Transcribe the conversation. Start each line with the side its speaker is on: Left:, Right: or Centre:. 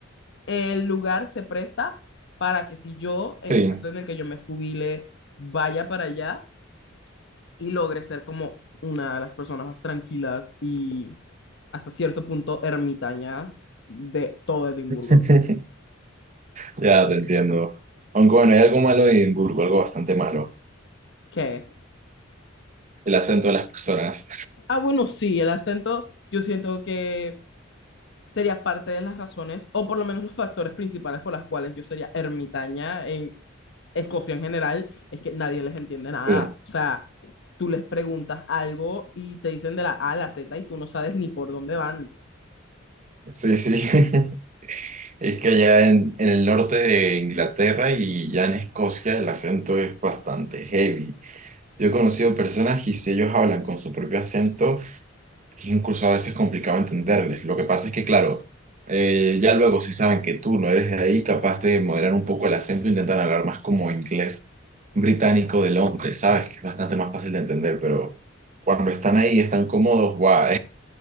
Left: el lugar se presta para que si yo, en
Right: Sí,
Left: un caso en el que yo me jubile, vaya para allá y logre ser como una de las personas más tranquilas y hasta cierto punto ermitañas de todo Edimburgo.
Right: <laughs> ya te entiendo. Aunque bueno, hay algo malo en Edimburgo, algo bastante malo.
Left: Que,
Right: El acento de las personas.
Left: ah, bueno, sí, el acento yo siento que sería parte de las razones, o por lo menos los factores principales por las cuales yo sería ermitaña en Escocia en general, es que nadie les entiende nada.
Right: Sí,
Left: O sea, tú les preguntas algo y te dicen de la A a la Z y tú no sabes ni por dónde van.
Right: sí, sí. <laughs> Es que allá en, en el norte de Inglaterra y ya en Escocia el acento es bastante heavy. Yo he conocido personas y si ellos hablan con su propio acento, es incluso a veces complicado entenderles. Lo que pasa es que, claro, eh, ya luego si saben que tú no eres de ahí, capaz de moderar un poco el acento, intentan hablar más como inglés británico de Londres, ¿sabes? Que es bastante más fácil de entender, pero cuando están ahí, están cómodos, guau,